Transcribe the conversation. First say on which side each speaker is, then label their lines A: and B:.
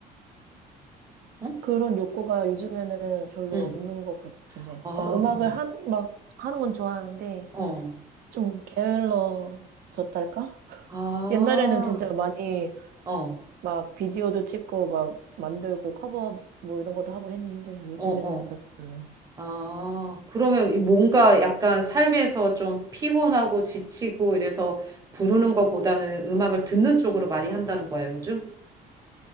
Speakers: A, on the right; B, on the right.
A: 응?
B: 그런 욕구가 요즘에는 별로
A: 응.
B: 없는 것 같긴 해.
A: 아,
B: 막 음악을
A: 그-
B: 한, 막 하는 건 좋아하는데
A: 어.
B: 좀 게을러졌달까?
A: 아.
B: 옛날에는 진짜 많이
A: 어.
B: 막 비디오도 찍고 막 만들고 커버 뭐 이런 것도 하고 했는데 요즘에는
A: 어, 어.
B: 별로.
A: 아. 그러면 이 뭔가 약간 삶에서 좀 피곤하고 지치고 이래서 부르는 것보다는 음악을 듣는 쪽으로 많이 한다는 거야, 요즘?